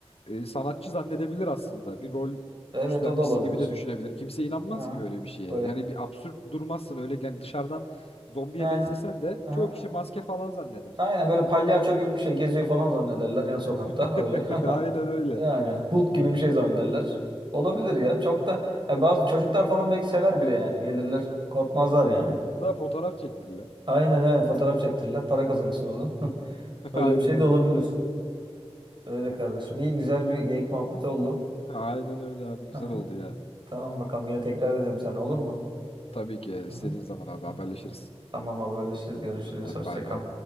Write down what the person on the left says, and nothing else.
e, sanatçı zannedebilir aslında. Bir rol
üstlenmişsin
gibi de düşünebilir. Kimse inanmaz
ki böyle bir şeye.
Yani bir absürt durmazsın öyle yani dışarıdan zombiye
benzesen de
çoğu kişi maske falan zanneder.
<laughs>
Aynen öyle.
Daha fotoğraf çektirdiler.
<laughs>
Aynen
öyle.
<laughs> Aynen öyle abi güzel
oldu ya.
Tabii ki
istediğin
zaman abi haberleşiriz.
Hadi
bay
bay.